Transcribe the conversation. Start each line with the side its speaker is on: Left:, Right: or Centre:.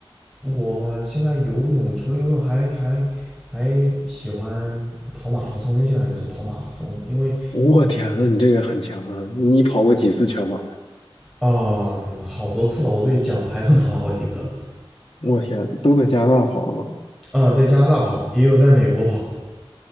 Centre: 我现在游泳，除了游泳还，还还喜欢跑马拉松。现在就是跑马拉松，因为
Left: 我天呐，你这个很强啊！你跑过几次全马？
Centre: 啊，好多次了，我这己奖牌都拿了好几个。
Left: 我天，都在加拿大跑了吗？
Centre: 呃，在加拿大跑，也有在美国跑，